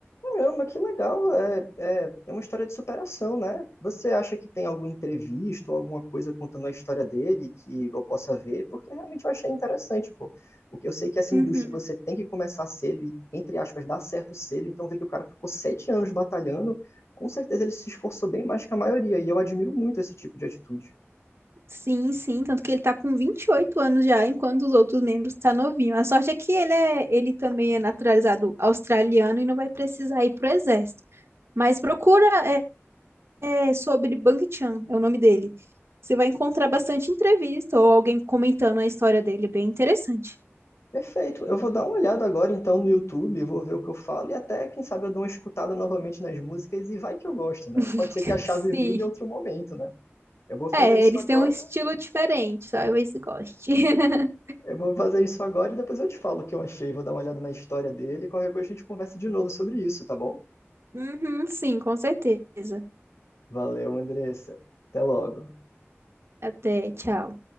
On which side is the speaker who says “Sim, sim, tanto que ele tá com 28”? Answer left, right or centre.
Right